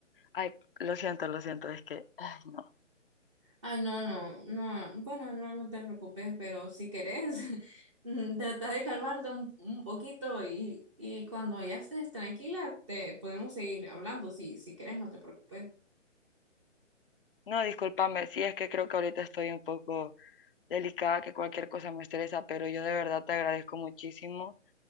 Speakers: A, on the left (about 45°); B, on the right (about 25°).
A: Ay, lo siento, lo siento, es que, ay, no.
B: Ay, no, no, no, bueno, no, no te preocupes, pero si querés, <laughs> mm, trata de calmarte un, un poquito y, y cuando ya estés tranquila, te podemos seguir hablando, si, si querés, no te preocupes.
A: No, discúlpame, sí, es que creo que ahorita estoy un poco delicada, que cualquier cosa me estresa, pero yo de verdad te agradezco muchísimo